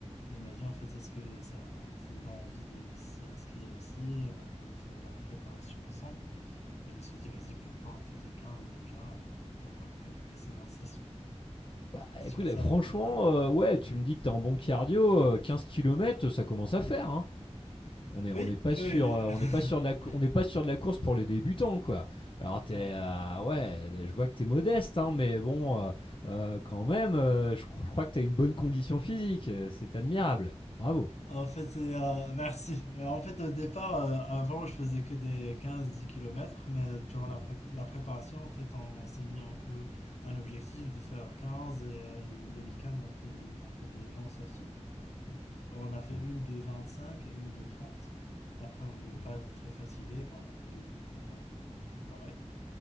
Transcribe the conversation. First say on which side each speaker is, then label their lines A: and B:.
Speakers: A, on the left; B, on the left.
A: Et il m'a dit en fait est-ce que ça, ça donne envie de, de s'y inscrire aussi, on peut faire la préparation ensemble. Et je me suis dit vas-y pourquoi on fait les 15 déjà, pourquoi pas ne pas se lancer sur,
B: Bah
A: sur
B: écoute,
A: ça.
B: euh, franchement, euh, ouais, tu me dis que t'es en bon cardio, euh, 15 km, ça commence à faire, hein. On n'est
A: Oui,
B: on n'est pas sûr
A: oui,
B: euh, on
A: <laughs>
B: n'est pas sûr de la cou- on n'est pas sûr de la course pour les débutants quoi. Alors t'es
A: ouais.
B: euh, ouais, je vois que t'es modeste hein, mais bon euh, euh, quand même euh, je, cro- je crois que t'as une bonne condition physique, euh, c'est admirable. Bravo.
A: En fait, c'est, euh, merci. Euh, En fait, au départ, euh, avant, je faisais que des quinze dix kilomètres mais durant la,
B: Ouais,
A: prép- la préparation, en fait, on s'est mis un peu un objectif de faire 15 et euh, les week-ends, on fait, on fait des longues sorties. on a fait
B: ouais,
A: une de 25 et une de trente Après, on ne voulait
B: ouais.
A: pas être très fatigué quand on n'a pas eu beaucoup de temps pour euh, préparer.